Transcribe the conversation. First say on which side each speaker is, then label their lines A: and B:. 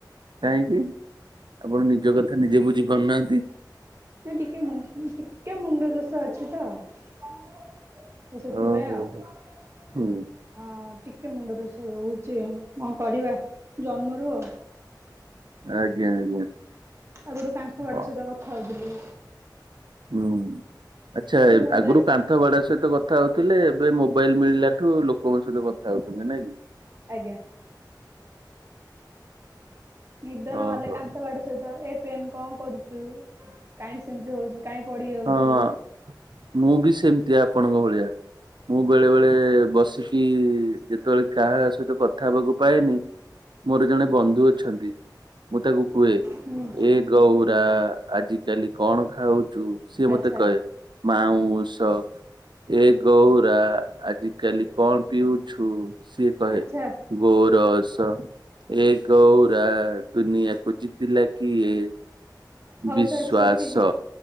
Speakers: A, on the right (about 85°); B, on the right (about 35°).
A: କାହିଁକି ଆପଣ ନିଜ କଥା ନିଜେ ବୁଝି ପାରୁନାହାନ୍ତି?
B: ନା ଟିକେ ଟିକେ ମୁଣ୍ଡ ଦୋଷ ଅଛି ତ <inaudible> ତ ସେଥିପାଇଁ
A: ଓହୋ
B: ଆଉ
A: ହୋ
B: <inaudible>
A: ହୁଁ
B: ହଁ ଟିକେ ମୁଣ୍ଡ ଦୋଷ ରହୁଛି କଣ କରିବା ଜନ୍ମରୁ ଆଉ
A: ଆଜ୍ଞା ଆଜ୍ଞା।
B: ଆଗରୁ କାନ୍ଥବାଡ଼
A: ହଁ
B: ସହିତ କଥା ହଉଥିଲି।
A: ହୁଁ। ଆଚ୍ଛା
B: ଏବେ ମୋବାଇଲ
A: ଆଗରୁ କାନ୍ଥବାଡ଼ ସହିତ କ କଥା ହଉଥିଲେ ଏବେ ମୋବାଇଲ ମିଳିଲାଠୁ ଲୋକଙ୍କ ସହିତ କଥା ହଉଛନ୍ତି ନାଇଁ କି?
B: ଆଜ୍ଞା। ନିଦ ନହେଲେ
A: ଓହୋ
B: କାନ୍ଥବାଡ଼ ସହିତ ଏ ପେନ୍ କଣ କରୁଛୁ କାହିଁ ସେମିତି ହଉଚୁ। ପଡି ଯାଉଛୁ।
A: ହଁ ମୁଁ ବି ସେମିତି ଆପଣଙ୍କ ଭଳିଆ। ମୁଁ ବେଳେ ବେଳେ ବସିକି ଯେତେବେଳେ କାହା ସହିତ କଥା ହେବାକୁ ପାଏନି। ମୋର ଜଣେ ବନ୍ଧୁ ଅଛନ୍ତି। ମୁଁ ତାକୁ କୁହେ
B: ହୁଁ
A: ଏ ଗୌରା ଆଜି କାଲି କଣ ଖାଉଛୁ ସିଏ
B: ଆଚ୍ଛା
A: ମତେ କହେ ମାଉଁସ ଏ ଗଉରା ଆଜିକାଲି କଣ ପିଉଛୁ ସିଏ କହେ
B: ଆଚ୍ଛା
A: ଗୋ ରଶ ଏ ଗୌରା ଦୁନିଆକୁ ଜିତିଲା କିଏ
B: ହଉ
A: ବିଶ୍ଵାସ
B: ସାର୍ ସେତିକି